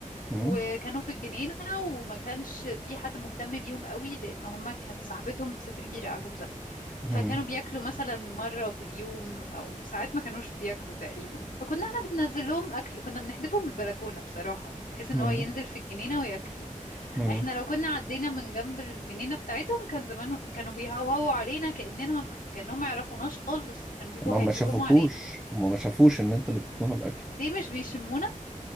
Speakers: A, in the centre; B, on the left.
A: هم
B: وكانوا في الجنينه وما كانش في حد مهتم بيهم قوي لان هما كانت صاحبتهم ست كبيره عجوزه فكانوا
A: هم
B: بياكلوا مثلا مره في اليوم او ساعات ما كانوش بياكلوا تقريبا فكنا احنا بننزل لهم اكل كنا بنحدفه من البلكونه بصراحه بحيث ان
A: هم
B: هو ينزل في الجنينه وياكلوه
A: هم
B: احنا لو كنا عدينا من جنب الجنينة بتاعتهم كان زمانهم كانوا بيهوهوا علينا كأننا كأنهم ما يعرفوناش خالص كانوا بيبقوا
A: هما ما
B: هيهجموا
A: شافوكوش
B: علينا
A: هما ما شافوش ان انتوا اللي بتدوهم الاكل
B: ليه مش بيشمونا